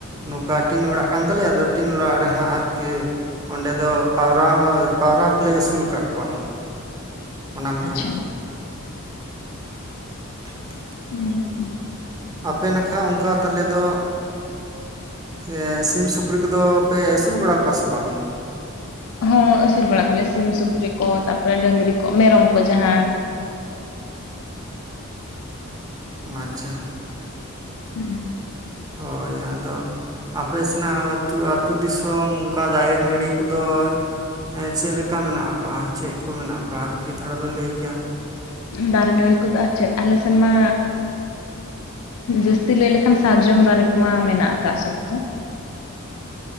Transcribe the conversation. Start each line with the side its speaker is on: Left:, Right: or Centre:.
Right: ᱱᱩᱠᱟ ᱴᱤᱱ ᱚᱲᱟᱜ ᱠᱟᱱ ᱛᱟᱞᱮᱭᱟ, ᱟᱫᱚ ᱴᱤᱱ ᱚᱲᱟᱜ ᱨᱮᱦᱟᱸᱜ ᱟᱨᱠᱤ ᱚᱸᱰᱮ ᱫᱚ ᱯᱟᱣᱨᱟ ᱦᱚᱸ, ᱯᱟᱣᱨᱟ ᱠᱚᱞᱮ ᱟᱹᱥᱩᱞ ᱠᱟᱜ ᱠᱚᱣᱟ ᱚᱱᱮ ᱚᱝᱠᱟ᱾
Left: ᱟᱪᱪᱷᱟ
Right: <inaudible>
Left: ᱦᱩᱸ ᱦᱩᱸ᱾
Right: ᱟᱯᱮ ᱱᱟᱠᱷᱟ ᱩᱝᱠᱟ ᱛᱟᱞᱮ ᱫᱚ, ᱮᱸᱜ ᱥᱤ ᱥᱤᱢ, ᱥᱩᱠᱨᱤ ᱠᱚᱫᱚ ᱯᱮ ᱟᱹᱥᱩᱞ ᱵᱟᱲᱟ ᱠᱚᱣᱟ ᱥᱮ ᱵᱟᱝ?
Left: ᱦᱚᱸ ᱟᱹᱥᱩᱞ ᱵᱟᱲᱟ ᱠᱚᱞᱮ ᱥᱤᱢ ᱥᱩᱠᱨᱤ ᱠᱚ ᱛᱟᱯᱚᱨᱮ ᱰᱟᱹᱝᱨᱤ ᱠᱚ, ᱢᱮᱨᱚᱢ ᱠᱚ, ᱡᱟᱦᱟᱸ
Right: ᱟᱪᱪᱷᱟ᱾
Left: ᱩᱸ᱾
Right: ᱦᱳᱭ ᱟᱫᱚ ᱟᱯᱮ ᱥᱮᱱᱟᱜ ᱟᱹᱛ ᱟᱹᱛᱩ ᱫᱤᱥᱚᱢ ᱩᱝᱠᱟ ᱫᱟᱨᱮ ᱱᱟᱹᱲᱤ ᱠᱩᱫᱚ ᱦᱮᱸ ᱪᱮᱫ ᱞᱮᱠᱟ ᱢᱮᱱᱟᱜ ᱟᱠᱟᱜᱼᱟ ᱪᱮᱫ ᱠᱚ ᱢᱮᱱᱟᱜ ᱟᱠᱟᱜᱼᱟ ᱟᱨᱠᱤ ᱛᱷᱚᱲᱟ ᱵᱮᱱ ᱞᱟᱹᱭ ᱠᱮᱭᱟ᱾
Left: ᱫᱟᱨᱮᱼᱱᱟᱹᱲᱤ ᱠᱩᱫᱚ ᱟᱨ ᱪᱮᱫ ᱟᱞᱮ ᱥᱮᱱᱢᱟ ᱩᱸ ᱡᱟᱹᱥᱛᱤ ᱞᱟᱹᱭ ᱞᱮ ᱠᱷᱟᱱ ᱥᱟᱨᱡᱚᱢ ᱫᱟᱨᱮ ᱠᱚᱢᱟ ᱢᱮᱱᱟᱜ ᱟᱠᱟᱫ ᱥᱚᱠᱛᱚ ᱾